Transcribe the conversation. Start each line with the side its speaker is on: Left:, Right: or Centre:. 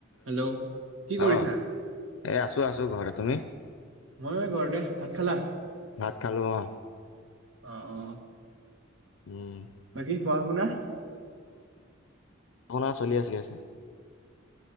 Right: Hello, কি কৰিছা?
Left: অঁ এই আছোঁ আছোঁ ঘৰতে। তুমি?
Right: মই ঘৰতে ভাত খালা?
Left: ভাত খালোঁ অ।
Right: অ অ।
Left: উম,
Right: বাকী পঢ়া-শুনা?
Left: ভাওনা চলি আছিলি আছিলে যে।